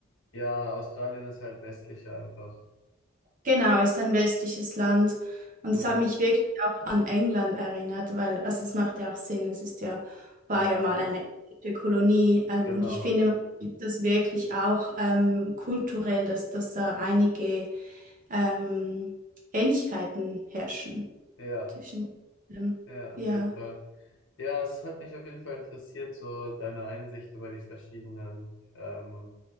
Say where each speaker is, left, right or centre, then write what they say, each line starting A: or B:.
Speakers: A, on the left (about 65°); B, on the right (about 40°).
A: Ja, Australien ist halt westlicher einfach.
B: Genau, ist ein westliches Land. Und
A: Mhm.
B: es hat mich wirklich auch an England erinnert, weil, also es macht ja auch Sinn, es ist ja, war
A: Ja,
B: ja mal eine englische Kolonie. Ähm,
A: genau.
B: und ich finde, man sieht das wirklich auch ähm, kulturell, dass, dass da einige ähm, Ähnlichkeiten herrschen
A: Ja,
B: zwischen, ähm,
A: ja,
B: ja.
A: auf jeden Fall. Ja, es hat mich auf jeden Fall interessiert, so deine Einsicht über die verschiedenen ähm,